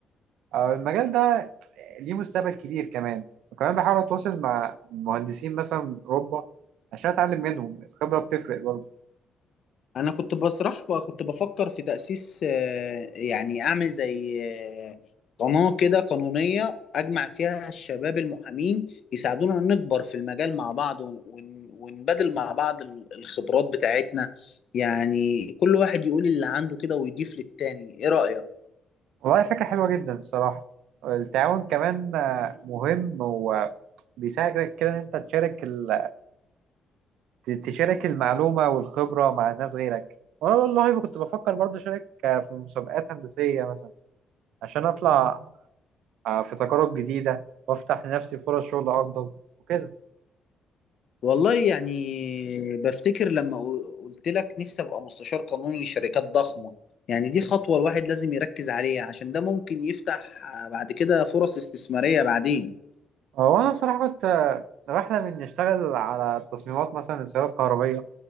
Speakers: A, on the right (about 80°); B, on the left (about 60°).
A: آه، المجال ده ليه مستقبل كبير كمان وكمان بحاول اتواصل مع مهندسين مثلا من اوروبا عشان اتعلم منهم الخبره بتفرق برضه
B: انا كنت بسرح وكنت بفكر في تأسيس آه، يعني اعمل زي آه، قناة كده قانونية اجمع فيها الشباب المحامين يساعدونا نكبر في المجال مع بعض ون- ون- ونبادل مع بعض ال- الخبرات بتاعتنا يعني كل واحد يقول اللي عنده كده ويضيف للتاني ايه رأيك
A: والله فكره حلوه جدا الصراحه التعاون كمان آه، مهم وبيساعدك كده ان انت تشارك ال... تشارك المعلومه والخبره مع ناس غيرك وانا والله ما كنت بفكر برضه اشارك آه، في مسابقات هندسيه مثلا عشان اطلع آه، في تجارب جديده وافتح لنفسي فرص شغل افضل وكده
B: والله يعني بفتكر لما قو- قلت لك نفسي ابقى مستشار قانوني لشركات ضخمة يعني دي خطوة الواحد لازم يركز عليها عشان ده ممكن يفتح آه، بعد كده فرص استثمارية بعدين
A: هو أنا صراحة كنت آه، بحلم إني أشتغل على تصميمات مثلا لسيارات كهربية